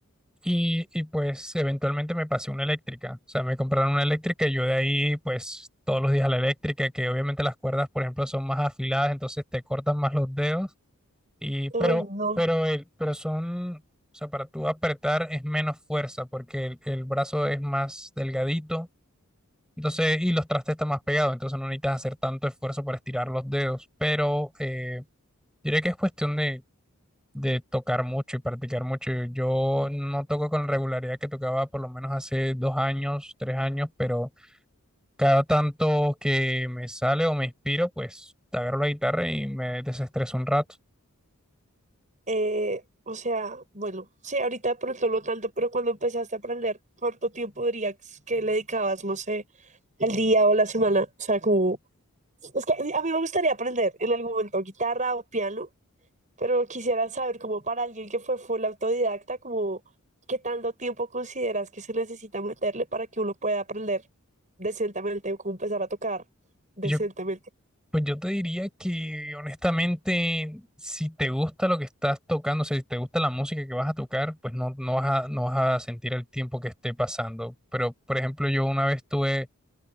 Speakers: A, in the centre; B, on the right (about 35°).
A: y, y pues eventualmente me pasé una eléctrica, o sea, me compraron una eléctrica y yo de ahí pues todos los días a la eléctrica, que obviamente las cuerdas, por ejemplo, son más afiladas, entonces te cortan más los dedos y pero
B: Ay, no.
A: pero el pero son O sea, para tú apretar es menos fuerza porque el el brazo es más delgadito Entonces, y los trastes están más pegados, entonces no necesitas hacer tanto esfuerzo para estirar los dedos, pero eh, diré que es cuestión de, de tocar mucho y practicar mucho. Yo no toco con la regularidad que tocaba por lo menos hace dos años, tres años, pero cada tanto que me sale o me inspiro, pues agarro la guitarra y me desestreso un rato.
B: Eh, o sea, bueno, sí, ahorita de pronto no tanto, pero cuando empezaste a aprender, ¿cuánto tiempo dirías que le dedicabas, no sé, el día o la semana? O sea, como, es que a mí me gustaría aprender en algún momento guitarra o piano, pero quisiera saber, como para alguien que fue full autodidacta, como, ¿qué tanto tiempo consideras que se necesita meterle para que uno pueda aprender decentemente o como empezar a tocar decentemente?
A: Yo Pues yo te diría que honestamente, si te gusta lo que estás tocando, o sea, si te gusta la música que vas a tocar, pues no, no vas a, no vas a sentir el tiempo que esté pasando. Pero, por ejemplo, yo una vez tuve